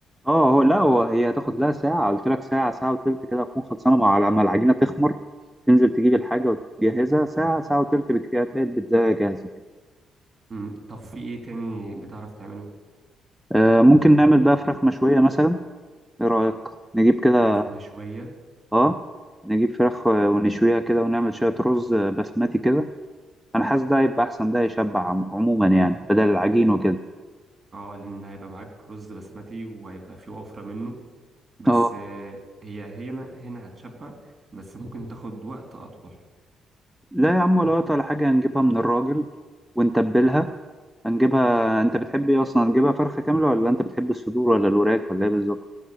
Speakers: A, in the centre; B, on the right.
A: اه هو لا هو هي هتاخد لها ساعه قلت لك ساعه ساعه وتلت كده هتكون خلصانه مع لما العجينه تخمر تنزل تجيب الحاجه وتجهزها ساعه ساعه وتلت بكتير هتلاقي البيتزا جاهزه كده
B: مم. طب في ايه تاني بتعرف تعمله
A: آه ممكن نعمل بقى فراخ مشويه مثلا ايه رايك نجيب كده
B: فراخ مشوية
A: اه نجيب فراخ آه، ونشويها كده ونعمل شويه رز آه، بسمتي كده انا حاسس ده هيبقى احسن ده يشبع عم- عموما يعني بدل العجين وكده
B: اه لان هيبقى معاك رز بسمتي وهيبقى في وفرة منه بس
A: اه
B: آه، هي هنا هنا هتشبع بس ممكن تاخد وقت اطول
A: لا يا عم ولا وقت ولا حاجة هنجيبها من الراجل ونتبلها هنجيبها أنت بتحب إيه أصلا هنجيبها فرخة كاملة ولا أنت بتحب الصدور ولا الوراك ولا إيه بالظبط؟